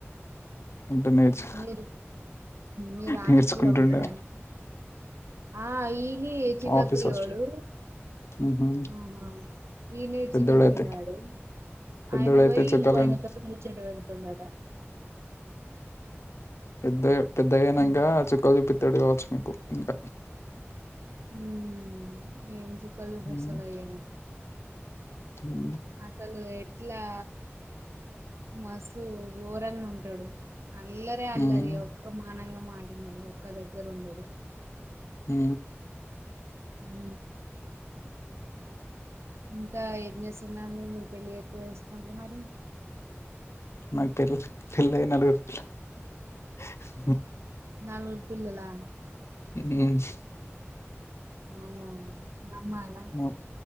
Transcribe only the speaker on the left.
అంటే నేర్చు
నేర్చుకుంటుండే
ఆఫీస్ హాస్టల్ ఉహు
పెద్దోడైతే
పెద్దోడైతే
చుక్కలు
కనిపి
పెద్ద పెద్దగైనంక
చుక్కలు చూపి <unintelligible> కావచ్చు మీకు ఇంక
హ్మ్
హ్మ్
హ్మ్
ఉ
నాకు తెలదు పెళ్ళై నలుగురు పిల్లలు
ఉ ఉ స్
మా